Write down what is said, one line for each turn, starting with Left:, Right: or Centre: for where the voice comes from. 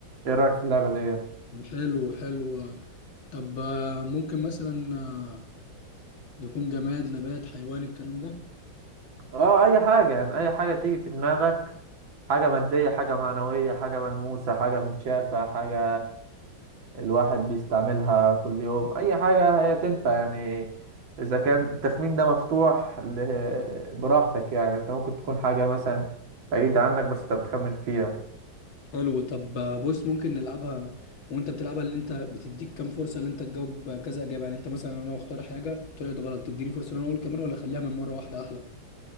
Right: إيه رأيك في اللعبة دي؟
Left: حلو حلو طب آه، ممكن مثلا آه، يكون جماد نبات حيوان الكلام ده
Right: آه أي حاجة يعني أي حاجة تيجي في دماغك حاجة مادية حاجة معنوية حاجة ملموسة حاجة متشافة حاجة الواحد بيستعملها كل يوم اي حاجة هي تنفع يعني اذا كان التخمين ده مفتوح ل- براحتك يعني انت ممكن تكون حاجة مثلا بعيدة عنك بس انت بتخمن فيها
Left: حلو طب آه، بص ممكن نلعبها وانت بتلعبها اللي انت بتديك كام فرصه اللي انت تجاوب كذا اجابه يعني انت مثلا انا اختار حاجه طلعت غلط تديني فرصه ان انا اقول كمان ولا اخليها من مره واحده احلى